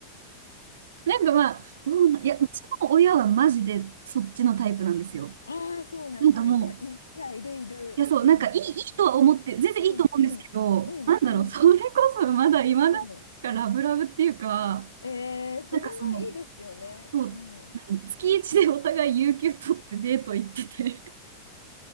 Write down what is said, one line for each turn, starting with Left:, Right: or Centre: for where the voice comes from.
Right: なんかまあ、どうな、いや、うちの親はマジでそっちのタイプなんですよ。
Left: ん。ああ、そうなんだ。
Right: なんかもう、
Left: いや、い、いや、いるいる。
Right: いや、そう、
Left: うん。
Right: なんかいい、
Left: う
Right: いいとは思って、全然いいと思うんですけど、
Left: ん、うん、うん、
Right: なんだろう、
Left: うん。
Right: それこそまだ今なんかラブラブっていうか、
Left: うんえー、それもいいですよね。
Right: なんかその、そう、
Left: うん。
Right: 何、月一でお互い有給取ってデート行ってて、